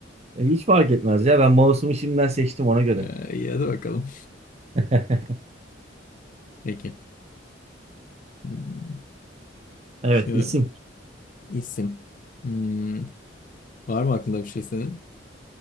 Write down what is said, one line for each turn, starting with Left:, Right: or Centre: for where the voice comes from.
Right: E, hiç fark etmez ya. Ben mouse'umu şimdiden seçtim ona göre.
Left: Ee, iyi hadi bakalım.
Right: <laughs>
Left: Peki. Hmm,
Right: Evet,
Left: Şöyle
Right: isim.
Left: isim. Hmm, Var mı aklında bir şey senin?